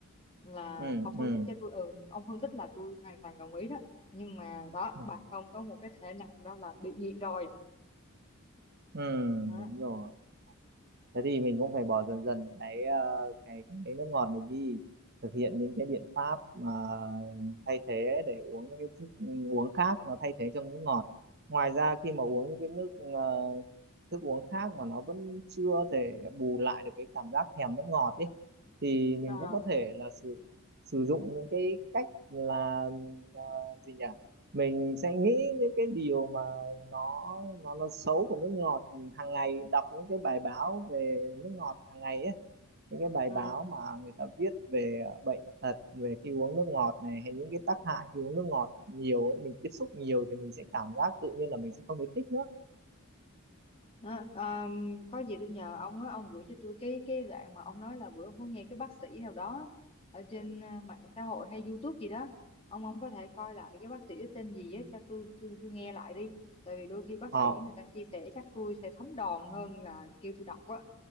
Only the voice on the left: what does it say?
là
họ phân
tích cho tôi ừ ông phân tích là tôi hoàn toàn đồng ý đó nhưng mà đó
bạn ông có một cái thể nặng đó là bị nghiện rồi
đó.
Ờ,
ờ.
Đó, um, có gì tôi nhờ ông á ông gửi cho tôi cái cái đoạn mà ông nói là bữa ông có nghe cái bác sĩ nào đó ở trên à, mạng xã hội hay YouTube gì đó ông ông có thể coi lại cái bác sĩ đó tên gì á cho tôi tôi tôi nghe lại đi tại vì đôi khi bác
sĩ người ta chia sẻ chắc tôi sẽ thấm đòn hơn là kêu tôi đọc á